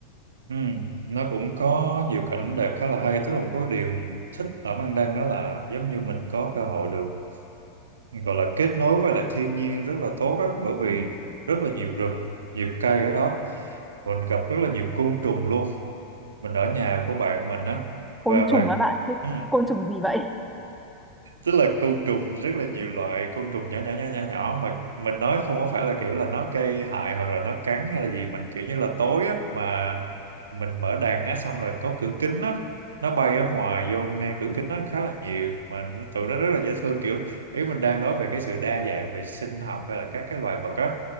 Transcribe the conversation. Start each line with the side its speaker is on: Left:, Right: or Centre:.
Right: Ừ, nó cũng có nhiều cảnh đẹp khá là hay tức là một cái điều mình thích ở Mang Đăng đó là giống như mình có cơ hội được gọi là kết nối với lại thiên nhiên rất là tốt á bởi vì rất là nhiều rừng nhiều cây ở đó mình gặp rất là nhiều côn trùng luôn mình ở nhà của bạn mình á
Centre: côn
Right: và
Centre: trùng
Right: bạn
Centre: á bạn thế
Right: ừ,
Centre: côn trùng gì vậy
Right: tức là côn trùng rất là nhiều loại côn trùng nhỏ nhỏ nhỏ nhỏ nhỏ mà mình nói không có phải là kiểu là nó gây hại hoặc là nó cắn hay là gì mình kiểu như là tối á mà mình mở đàn á xong rồi có cửa kính á nó bay ở ngoài vô ngay cửa kính nó khá là nhiều mà tụi nó rất là dễ thương kiểu ý mình đang nói về cái sự đa dạng về sinh học hay là các cái loài vật á